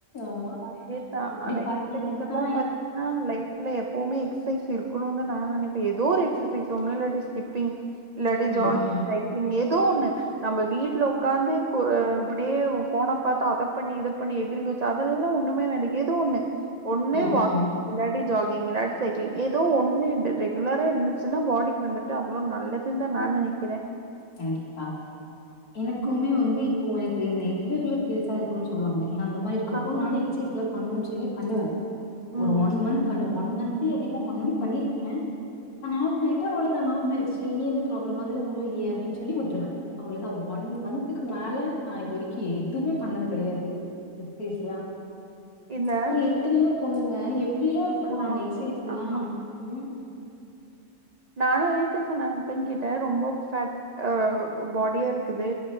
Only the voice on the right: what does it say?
அதேதா
ஆனா
எக்ஸ்பெக்டெல்லா பாத்தி ஆ லைப்ல எப்பவுமே எக்சசைஸ் இருக்கணுனு தா நா நெனைப்பே ஏதோ ஒரு எக்ஸசைஸ் ஒன்னு இல்லாட்டி ஸ்கிப் பிங் இல்லாட்டி
ஜாக்கிங்
சை க்ளிங் எதோ ஒண்ணு நம்ம வீட்ல உட்காந்து கொ இப்டியே ஃபோன பாத்தா அத பண்ணி இதப் பண்ணி எகிறி குதிச்சு அதெல்லா ஒண்ணுமே வேணா ஏதோ ஒண்ணு ஒண்ணு
வாக்
இல்லாட்டி ஜாகிங் இல்லாட் சைக்ளிங் ஏதோ ஒண்ணு டு ரெகுலரா இருந்துச்சுன்னா பாடிக்கு வந்துட்டு அவ்ளோ நல்லதுன் தா நா நெனைக்
ம் ம்
ஆமா
ஆமா
ம்
இந்த
ஆமா
ஆமா
நானும் அதேத்தா சொன்னே எ ஹஸ்பெண்ட் கிட்ட ரொம்ப ஃபேட் ஆ பாடியா இருக்குது